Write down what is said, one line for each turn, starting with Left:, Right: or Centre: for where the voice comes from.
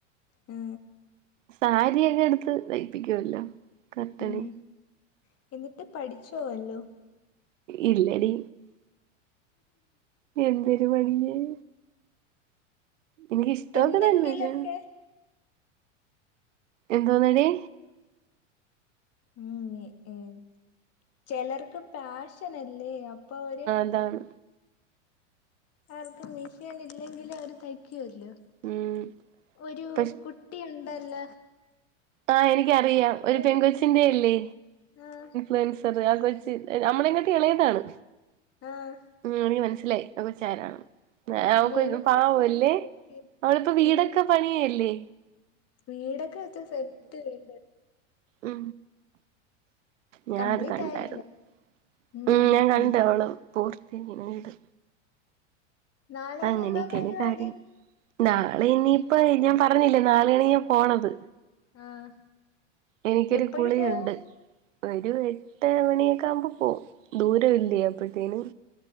Left: മ്
Right: സാരിയൊക്കെ എടുത്ത് തയ്പ്പിക്കുവല്ലോ കർട്ടന്
Left: ഉം എന്നിട്ട് പഠിച്ചോവല്ലോം?
Right: ഇല്ലടി എന്തൊരു പഠിക്കാനാ എനിക്ക് ഇഷ്ടമൊക്കെതന്നെ
Left: എന്തെങ്കിലൊക്കെ
Right: പക്ഷേ എന്തോനെടി..
Left: മ് ഏ ഏഹ് ചെലർക്ക് പാഷനല്ലേ അപ്പൊ ഒര്
Right: എന്താണ്
Left: അവർക്ക് മിഷെൻഇല്ലെങ്കിലും അവര് തയ്യ് ക്കുവല്ലോ
Right: ഉം
Left: ഒരു
Right: പക്ഷെ
Left: കുട്ടി ഉണ്ടല്ല
Right: ആഹ് എനിക്കറിയാം ഒരു പെൺ
Left: കുട്ടി
Right: കൊച്ചിന്റെ അല്ലേ
Left: ആഹ്
Right: വെൻസറ് ആ കൊച്ചിന്റെ നമ്മളെക്കാട്ടി എളയതാണ്
Left: ആഹ്
Right: മ് എനിക്ക് മനസ്സിലായി അ കൊച്ചാരാണെന്ന് അഹ് അവക്ക്
Left: മെനക്കെട്ട്
Right: പാവ
Left: ഇരുന്ന്
Right: അല്ലേ
Left: തയ്ക്കും
Right: അവളിപ്പോ വീടൊക്കെ
Left: ഉം
Right: പണിയല്ലേ
Left: വീടൊക്കെ വെച്ച് സെറ്റ് വീട്
Right: മ് ഞാനത്
Left: കംപ്ലീറ്റ്
Right: കണ്ടാരിന്ന്
Left: ആയില്ല ഉം
Right: മ്
Left: ഞാനും
Right: ഞാൻ
Left: കണ്ടു
Right: കണ്ട് അവള് പൂർത്തിനി വീട്
Left: നാളെ
Right: അങ്ങനെയൊക്കെയാണ്
Left: ഇനി എന്തോന്ന് പരിപാടി
Right: കാര്യങ്ങള് നാളെ ഇനിയിപ്പ ഞാൻ പറഞ്ഞില്ലേ നാളെയാണ് ഞാൻ പോണത്
Left: ആഹ്
Right: എനിക്കൊരുകുളിയോണ്ട്
Left: എപ്പഴ് പോവും
Right: ഒരു എട്ട് മണിയൊക്കെ ആകുമ്പോ പോവും ദൂരം ഇല്ലേ അപ്പോഴുതെനും